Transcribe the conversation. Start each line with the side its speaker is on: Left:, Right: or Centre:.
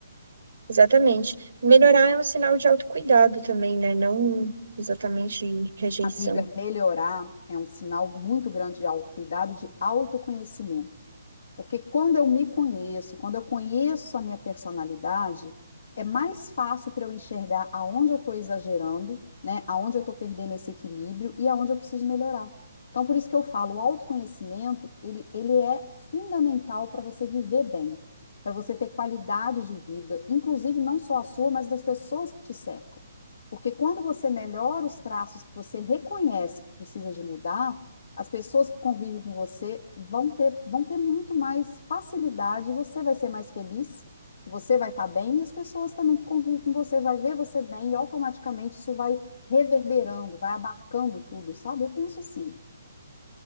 Right: Exatamente. Melhorar é um sinal de autocuidado também, né? Não exatamente rejeição.
Left: Amiga, melhorar é um sinal muito grande de autocuidado, e de autoconhecimento. Porque quando eu me conheço, quando eu conheço a minha personalidade, é mais fácil para eu enxergar aonde eu estou exagerando, né? Aonde eu estou perdendo esse equilíbrio e aonde eu preciso melhorar. Então, por isso que eu falo, o autoconhecimento, ele, ele é fundamental para você viver bem, para você ter qualidade de vida, inclusive não só a sua, mas das pessoas que te cercam. Porque quando você melhora os traços que você reconhece que precisa de mudar, as pessoas que convivem com você vão ter, vão ter muito mais facilidade, você vai ser mais feliz, porque você vai estar bem, e as pessoas também que convivem com você vai ver você bem, e automaticamente isso vai reverberando, vai abarcando tudo, sabe? Eu penso assim.